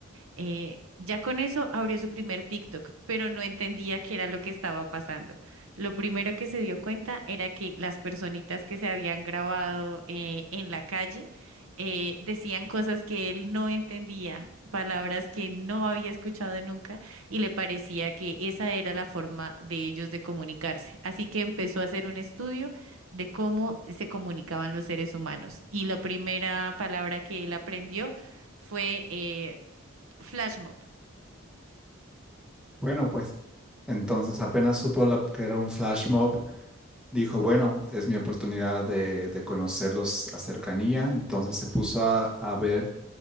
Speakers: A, on the right; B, in the centre.
A: Eh, ya con eso abrió su primer TikTok, pero no entendía qué era lo que estaba pasando. Lo primero que se dio cuenta era que las personitas que se habían grabado eh, en la calle eh, decían cosas que él no entendía, palabras que no había escuchado nunca y le parecía que esa era la forma de ellos de comunicarse. Así que empezó a hacer un estudio de cómo se comunicaban los seres humanos. Y la primera palabra que él aprendió fue eh, Flash Mob.
B: Bueno, pues entonces apenas supo la- que era un flash mob, dijo, bueno, es mi oportunidad de, de conocerlos a cercanía. Entonces se puso a, a ver